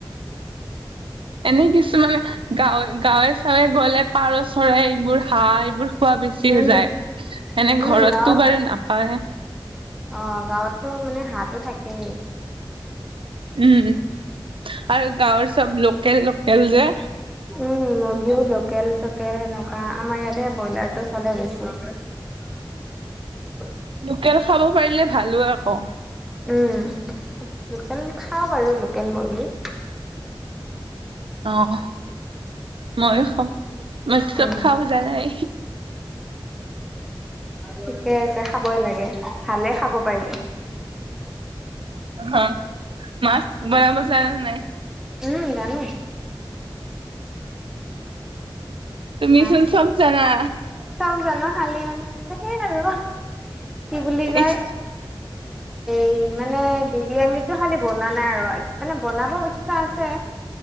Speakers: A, on the right; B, in the centre.
A: এনেই কিছুমান গাঁৱে, গাঁৱে চাৱে গ'লে পাৰ চৰাই এইবোৰ হাঁহ এইবোৰ খোৱা বেছি
B: উম
A: হৈ যায় এনে
B: উম
A: ঘৰততো
B: গাঁৱত
A: বাৰু নাপাওৱে।
B: অ', গাঁৱতটো মানে হাঁহ টো থাকেই
A: উম, আৰু গাঁৱৰ চব লোকেল, লোকেল যে।
B: উম, মুৰ্গীও লোকেল চোকেল সেনেকুৱা, আমাৰ ইয়াতে ব্ৰইলাৰ টো চলে বেছি। <inaudible> <inaudible>
A: লোকেল খাব পাৰিলে ভালো আকৌ।
B: উম', লোকেল খাওঁ বাৰু, লোকেল মুৰ্গী।
A: অ', মইয়ো খাওঁ, মইটো চব
B: উম।
A: খাওঁ জানাই।
B: ঠিকে আছে খাবই লাগে, ভালে খাব পাৰিলে।
A: হা, মাছ বনাব জানা নাই?
B: উম', জানো।
A: তুমিছোন
B: মাছ
A: চব জানা।
B: চব জানো, খালি মানে হেই আৰু। কি বুলি কয়
A: ইচ, <inaudible>
B: এই মানে বিৰিয়ানীটো খালি বনা নাই আৰু, মানে বনাব ইচ্ছা আছে